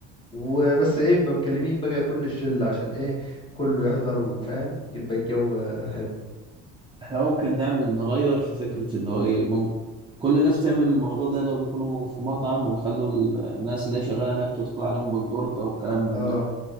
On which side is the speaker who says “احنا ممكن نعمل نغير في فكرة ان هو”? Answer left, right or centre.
Right